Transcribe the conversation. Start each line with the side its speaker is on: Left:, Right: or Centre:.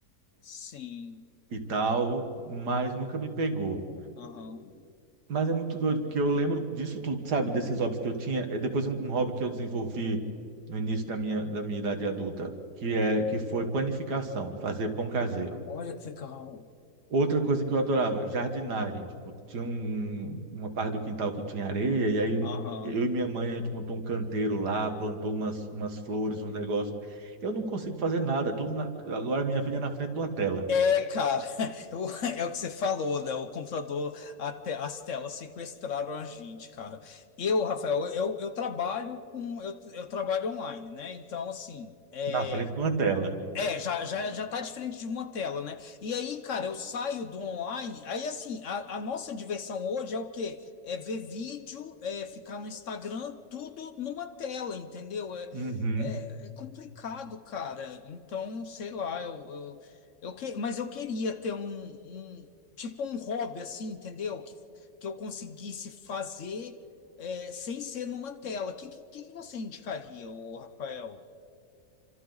Left: Sim.
Right: e tal, mas nunca me pegou.
Left: Aham.
Right: Mas é muito doido, porque eu lembro disso tudo, sabe? Desses hobbies que eu tinha. É Depois um um hobby que eu desenvolvi no início da minha, da minha idade adulta, que é que foi panificação, fazer pão caseiro.
Left: Olha que legal.
Right: Outra coisa que eu adorava, jardinagem. Tipo, tinha um- uma parte do quintal que tinha areia, e aí
Left: Aham.
Right: eu e minha mãe, a gente montou um canteiro lá, plantou umas, umas flores, uns negócios. Eu não consigo fazer nada, tudo na- agora minha vida é na frente de uma tela.
Left: É, cara, <laughs> o- é o que você falou, né? O computador, a te- as telas sequestraram a gente, cara. Eu, Rafael, eu, eu trabalho com, eu, eu trabalho online, né? Então, assim, é,
Right: Na frente de uma tela.
Left: É, já, já, já tá diferente de uma tela, né? E aí, cara, eu saio do online. Aí, assim, a, a nossa diversão hoje é o quê? É ver vídeo, é ficar no Instagram, tudo numa tela, entendeu? É,
Right: Uhum.
Left: é, é complicado, cara. Então, sei lá, eu, eu, eu que, mas eu queria ter um, um- tipo um hobby, assim, entendeu? Que, que eu conseguisse fazer, é, sem ser numa tela. O que, que, que você indicaria, ô, Rafael?